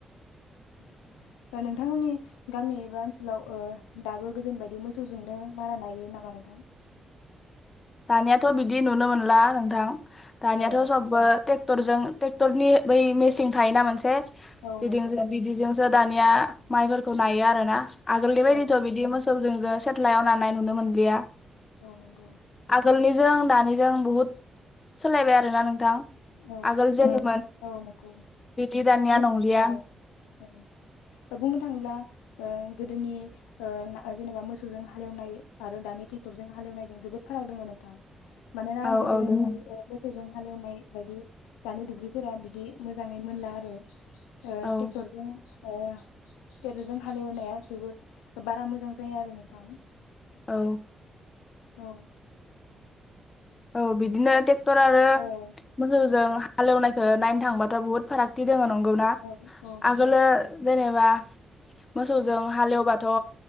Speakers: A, on the left; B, on the left.
A: <unintelligible> गामि एबा ओनस लाव ओ दाबो गोदोनि बायदि मोसौजोंनो मारा नायो ना <unintelligible> नोंथां
B: दानियाथ' बिदि नुनो मोनला नोंथां। दानियाथ'
A: औ
B: सबबो टेक्ट टरजों टेक्टर नि बै मेसिन थायोना मोनसे <unintelligible>
A: औ नंगौ
B: बिदिजों जो दानिया माइफोरखौ नायो आरो ना आगोलनि बायदिथ'
A: औ नंगौ
B: बिदि मोसौजों जा सेटलायाव नानाय नुनो मोनलिया
A: औ नंगौ
B: आगोलनिजों दानिजों बहुद सोलायबाय आरोना नोंथां
A: औ
B: आगोल जेरैमोन
A: ओ औ नंगौ
B: बिदि दानिया
A: बुं
B: नंलिया
A: औ औ बुंनो थाङोब्ला ओ गोदोनि ओ ना जेनेबा मोसौजों हालेवनाय आरो दानि ट्रेक्टरजों हालेवनायजों जोबोद फाराग दोङो नोंथां मानोना
B: औ
A: गोदोनि
B: औ दोङो
A: ओ मोसौजों हालेवनाय दानि दुब्लिफोरा बिदि मोजाङै मोनला आरो ओ
B: औ
A: टेकटरजों ओ टेकटरजों हालेवनाया जोबोद बारा मोजां जाया आरो नोंथां
B: औ
A: औ
B: औ बिदिनो टेक क्टर आरो
A: औ
B: मोसौजों
A: नंगौ
B: हालेवनायखो नाय थांबाथ' बहुत फारागथि दङो नं गौना
A: औ औ नंगौ
B: आगोलो जेने बा मोसौजों
A: औ
B: हालेवबा थ'